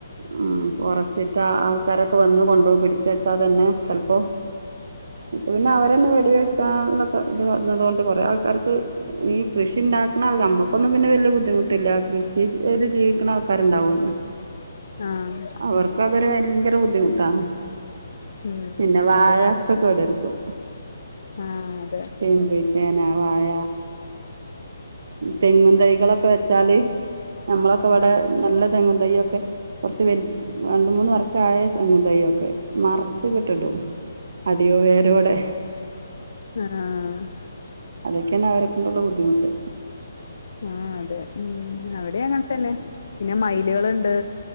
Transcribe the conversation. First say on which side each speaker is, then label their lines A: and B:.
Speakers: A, on the right; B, on the left.
A: ഉം ഫോറസ്റ്റിലെ ആൾക്കാരൊക്ക വന്ന് കൊണ്ടോവും പിടിച്ച് വച്ച തന്നെ. ചെൽപ്പൊ ഇപ പിന്നെ അവരെന്നെ വെടി വെക്കാ. ഇത് പറന്നതുക കൊണ്ട് കൊറേ ആൾക്കാർക്ക് ഈ കൃഷി ഇണ്ടാക്ക്ണ നമ്മക്കൊന്നും പിന്നെ വല്യ ബുദ്ധിമുട്ട്. പില്ല കൃഷി ചീത് ജീവിക്ക്ണ ആൾക്കാര്ണ്ടാവോല്ലൊ
B: ആഹ്
A: അവർക്ക അതൊരു ഭയങ്കര ബുദ്ധിമുട്ടാണ്
B: ഉം
A: പിന്ന വാഴൊക്ക
B: അതെ
A: കേടർത്തും.
B: ആഹ് അതെ.
A: ചേമ്പ്, ചേന, വാഴ. തെങ്ങും തൈകളൊക്ക വെച്ചാല് നമ്മളൊക്കെ ഇവടെ
B: ആഹ് ആഹ്
A: നല്ല തെങ്ങും തയ്യൊക്കെ. കൊറ്ച്ച് വൽ രണ്ട് മൂന്ന് വർഷായ തെങ്ങും തയ്യൊക്കെ മറ്ച്ച് കെട്ടിടും. അടിയോ വേരോടെ.
B: ആഹ്.
A: അതൊക്കേണ് അവരെ കൊണ്ട്ള്ള ബദ്ധിമുട്ട്.
B: ആഹ് അതെ ഉം അവടെ അങ്ങൻ തന്നെ പിന്നെ മയിലുകള്ണ്ട്.